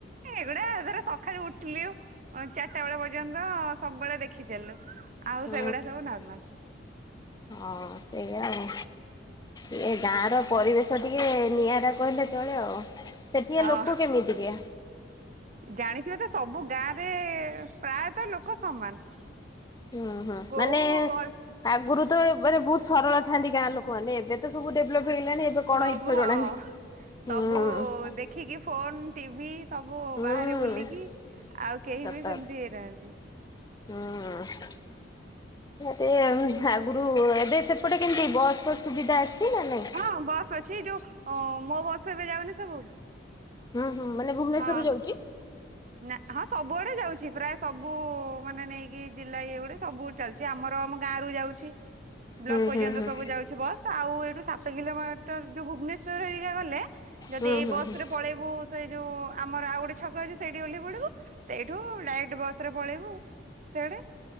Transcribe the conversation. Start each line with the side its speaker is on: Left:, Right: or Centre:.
Right: ଏ ଏଗୁଡା ଧର ସକାଳୁ ଉଠିଲୁ ଚାରିଟା ବେଳେ ପର୍ଯ୍ୟନ୍ତ ସବୁବେଳେ ଦେଖି ଚାଲିଲୁ। ଆଉ
Left: ହୁଁ
Right: ସେଗୁଡା ସବୁ ନର୍ମାଲ।
Left: ହଁ ସେଇଆ ଆଉ। ଏଇ ଗାଁ ର ପରିବେଶ ଟିକେ ନିଆରା କହିଲେ ଚଳେ ଆଉ। ସେଠିକା
Right: ହଁ।
Left: ଲୋକ କେମିତିକିଆ?
Right: ଜାଣିଥିବେ ତ ସବୁ ଗାଁରେ ପ୍ରାୟତଃ ଲୋକ ସମାନ।
Left: ହୁଁ ହୁଁ
Right: କୋଉ
Left: ମାନେ
Right: ଅଳ
Left: ଆଗରୁ ତ ଏ ବହୁତ ସରଳ ଥାଆନ୍ତି ଗାଁ ଲୋକମାନେ ଏବେ ତ ସବୁ ଡେଭଲପ ହେଇଗଲାଣି ଏବେ କଣ
Right: ସବୁ
Left: ହେଇଥିବ
Right: ହଁ।
Left: ଜଣା ନାହିଁ,
Right: ସବୁ
Left: ହୁଁ।
Right: ଦେଖିକି ଫୋନ ଟିଭି ସବୁ
Left: ହୁଁ
Right: ବାହାରେ ବୁଲିକି ଆଉ
Left: ସତ
Right: କେହି
Left: କଥା।
Right: ବି ସେମତି ହେଇନାହାନ୍ତି।
Left: ହୁଁ। ଏମେତି ଆଉ ଆଗରୁ ଏବେ ସେପଟେ କେମିତି ବସ ର ସୁବିଧା ଅଛି ନା ନାଇଁ?
Right: ହଁ ବସ୍ ଅଛି ଯୋଉ ମୋ ବସ୍ ଏବେ ଯାଉନି ସବୁ।
Left: ହଁ ହଁ ମାନେ ଭୁବନେଶ୍ୱରରୁ
Right: ହଁ
Left: ଯାଉଛି?
Right: ନା ହଁ ସବୁଆଡେ ଯାଉଛି ପ୍ରାୟ ସବୁ ମାନେ ନେଇକି ଜିଲ୍ଲା ଇଏ ଗୁଡେ ସବୁ ଚାଲିଛି ଆମର ଆମ ଗାଁ ରୁ ଯାଉଛି ବ୍ଲକ
Left: ହୁଁ
Right: ପର୍ଯ୍ୟନ୍ତ
Left: ହୁଁ ହୁଁ
Right: ସବୁ ଯାଉଛି ବସ। ଆଉ ଏଇଠୁ ସାତ କିଲୋମିଟର ଯୋଉ ଭୁବନେଶ୍ୱର ହେରିକା ଗଲେ ଯଦି
Left: ହୁଁ
Right: ଏଇ
Left: ହୁଁ
Right: ବସ
Left: ହୁଁ
Right: ରେ ପଳେଇବୁ ତ ଏଇ ଯୋଉ ଆମର ଆଉ ଗୋଟେ ଛକ ଅଛି। ସେଇଠି ଓହ୍ଲେଇ ପଡ଼ିବୁ ସେଇଠୁ ଡାଇରେକ୍ଟ ବସ ରେ ପଳେଇବୁ ସିଆଡ଼େ।